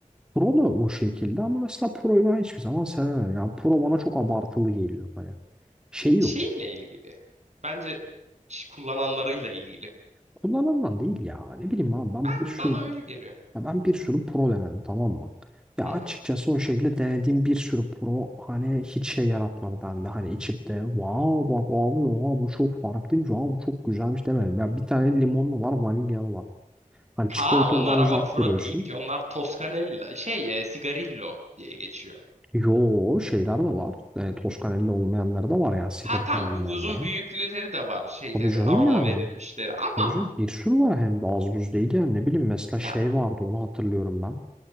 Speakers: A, in the centre; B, on the right (about 55°).
A: Pro da o şekilde ama mesela Pro'yu ben hiçbir zaman sevemedim. Yani Pro bana çok abartılı geliyor hani. Şey yok.
B: şeyle ilgili bence ç- kullananlarıyla ilgili.
A: Kullanılan değil ya. Ne bileyim abi ben
B: Ben
A: bir sürü
B: bana öyle geliyor.
A: Ya ben bir sürü pro denedim tamam mı? Ya
B: <laughs>
A: açıkçası o şekilde denediğim bir sürü pro hani hiç şey yaratmadı bende. Hani içip de wow bak abi oha bu çok farklıymış abi bu çok güzelmiş demedim. Ya bir tane limonlu var vanilyalı var. Hani
B: Ha
A: çikolatalıdan
B: onlar ama
A: uzak
B: pro
A: duruyorsun.
B: değil ki. Onlar Toscanella şey e, Sigarillo diye geçiyor.
A: Yo şeyler de var. E, Toskanelli olmayanları da var yani sigaretli
B: Ha tam
A: olmayanlara.
B: uzun büyüklüleri de var şeyleri
A: Tabii canım
B: aroma
A: yani.
B: verilmişleri ama
A: Tabii canım bir sürü var hem de az buz değil yani ne bileyim mesela şey
B: ya
A: vardı onu hatırlıyorum ben.